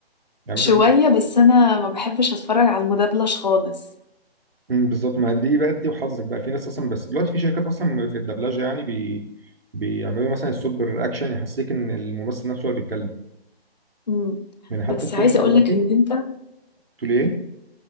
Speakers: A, on the right; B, on the left.
A: يعني
B: شوية
A: مثلا ممكن-
B: بس أنا ما بحبش أتفرج على المدبلج خالص
A: أمم، بالظبط ما دي بقى دي وحظك بقى في ناس اصلا بس دلوقتي في شركات اصلا في الدبلجه يعني بي... بيعملوا مثلا الصوت بالرياكشن يحسسك ان الممثل نفسه هو اللي بيتكلم
B: مم.
A: يعني حتى
B: بس
A: التركي
B: عايزة
A: دلوقتي
B: أقولك إن أنت
A: تقول ايه؟